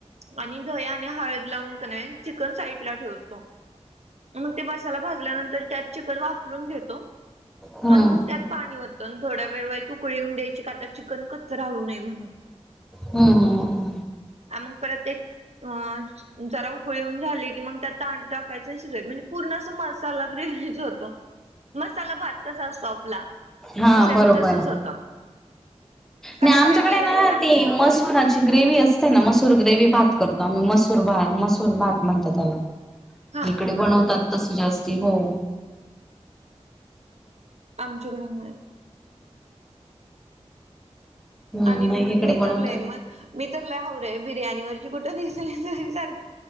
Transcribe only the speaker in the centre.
हम्म
हम्म हम्म.
हा
बरोबर.
नाही
आमच्याकडे
ना, ते मसुराची ग्रेव्ही अस कसय ना. मसूर ग्रेवी भात करतो आम्ही. मसूर भा मसूर भात म्हणता त्याला.
इकडे बनवतात. तसे जास्ती. हो.
हम्म
नाही इकडे बनवतात